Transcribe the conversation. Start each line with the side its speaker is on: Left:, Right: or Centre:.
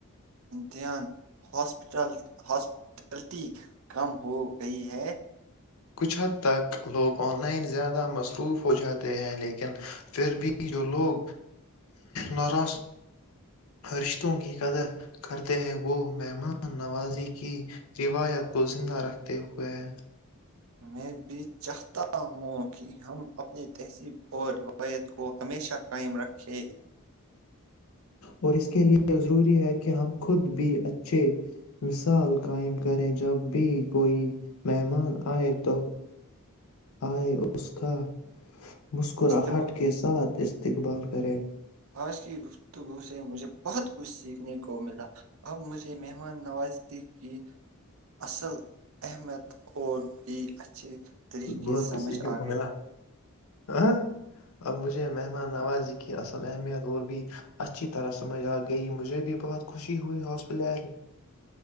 Right: دھیانپ ہاسپٹلٹی کم ہو گئی ہے
Left: کچھ حد تک لوگ آن لائن زیادہ مصروف ہو جاتے ہیں لیکن پھر بھی جو لوگ نوراش رشتوں کی قدر کرتے ہیں وہ مہمان نوازی کی روایت کو زندہ رکھتے ہوئے ہیں
Right: میں بھی چاہتا ہوں کہ ہم اپنی تہذیب اور روایت کو ہمیشہ قائم رکھیں
Left: اور اس کے لئے ضروری ہے کہ ہم خود بھی اچھے مثال قائم کریں جب بھی کوئی مہمان آئے تو آئے اس کا مسکراہٹ
Right: استب
Left: کے ساتھ اس اسقبال کرے
Right: آج کی گفتگو سے مجھے بہت کچھ سیکھنے کو ملا اب مجھے مہمان نوازی کی اصل احمیت اور بھی اچھے طریقے
Left: بہت
Right: سمجھ
Left: کچھ سیکھنے
Right: آ
Left: کو
Right: گئی
Left: ملا ہ اب مجھے مہمان نوازی کی اصل اہمیت اور بھی اچھی طرح سمجھ آ گئی مجھے بھی بہت خوشی ہوئی ہاسپٹ